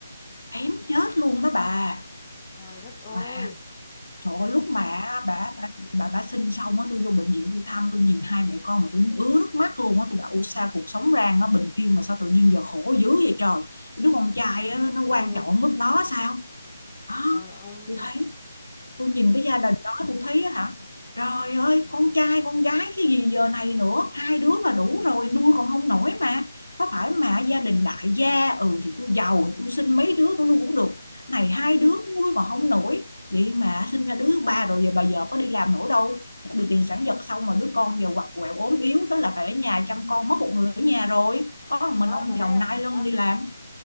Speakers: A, on the left; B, on the left.
A: kém chết luôn đó bà
B: trời đất ơi
A: mà Trời ơi, lúc mà bà bà bà bà sinh xong á tôi vô bệnh viện tôi thăm tôi nhìn hai mẹ con mà tôi muốn ứa nước mắt luôn á tôi bảo "Ủa sao cuộc sống rang nó bình yên mà sao tự nhiên giờ khổ dữ vậy trời đứa con trai
B: trời
A: á,
B: đất
A: nó
B: ơi
A: quan trọng ở mức đó sao đó
B: trời ơi
A: tôi thấy tôi nhìn cái gia đình đó tôi thấy á hả trời ơi con trai con gái cái gì giờ này nữa hai đứa là đủ rồi nuôi còn không nổi mà có phải mà gia đình đại gia ừ thì tôi giàu tôi sinh mấy đứa tôi nuôi cũng được này hai đứa nuôi còn không nổi vậy mà sinh ra đứa thứ ba rồi giờ bà vợ có đi làm nữa đâu bị tiền sản giật xong mà đứa con giờ quặt quẹo ốm yếu thế là phải ở nhà chăm con mất một người ở nhà rồi có một mình
B: đó
A: ông
B: bà thấy
A: chồng
B: không
A: nai lưng
B: đó
A: đi làm